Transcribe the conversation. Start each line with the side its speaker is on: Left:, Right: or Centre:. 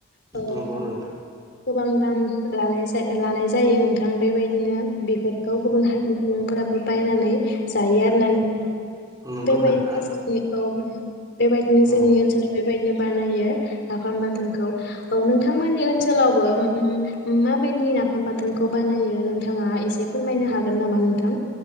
Left: औ
Right: नंगौ नोंथां
Left: गोबां दाम लानाय जाय लानाय जायो नोंथां बेबायदिनो बेफोरखौ गुबुन हारिनि सुबुंफोराबो बायनानै जायो आरो ना नों
Right: नंगौ
Left: बेबायदिनो
Right: नोंथां
Left: जोंनि औ बेबायदिनो जोंनि
Right: औ
Left: ओनसोलाव बेबाय नो बानायो नाफाम बाथोनखौ औ नोंथांमोननि ओनसोलावबो उम उम माबायदि नाफाम बाथोनखौ बानायो नोंथाङा एसे फोरमायनो हागोन नामा नोंथां